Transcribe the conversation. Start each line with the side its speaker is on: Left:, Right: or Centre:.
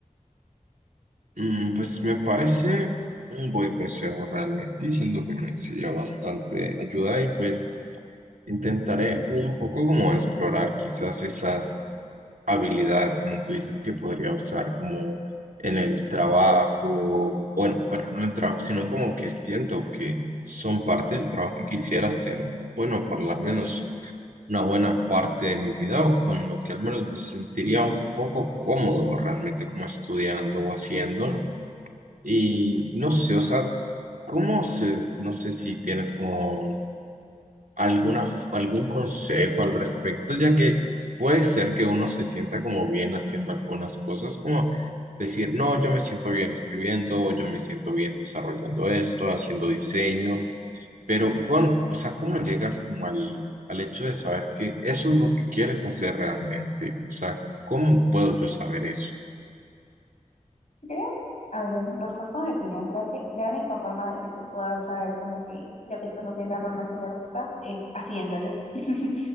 Right: Mm, pues me parece un buen consejo realmente, y siento que me sería bastante ayuda y pues intentaré un poco como explorar quizás esas habilidades, como tú dices, que podría usar como en el trabajo, o en- bueno, no en el trabajo, sino como que siento que son parte del trabajo que quisiera hacer, bueno, por lo menos una buena parte de mi vida o con lo que al menos me sentiría un poco cómodo realmente como estudiando o haciendo. Y no sé, o sea, ¿cómo se, no sé si tienes como alguna, f- algún consejo al respecto, ya que puede ser que uno se sienta como bien haciendo algunas cosas, como decir, no, yo me siento bien escribiendo, o yo me siento bien desarrollando esto, haciendo diseño pero, con, o sea, ¿cómo llegas como al, al hecho de saber que eso es lo que quieres hacer realmente? O sea, ¿cómo puedo yo saber eso?
Left: Creo, a ver, respecto a mi opinión, creo que la única forma de que tú puedas saber como que lo que estás haciendo realmente te gusta es haciéndolo. <laughs>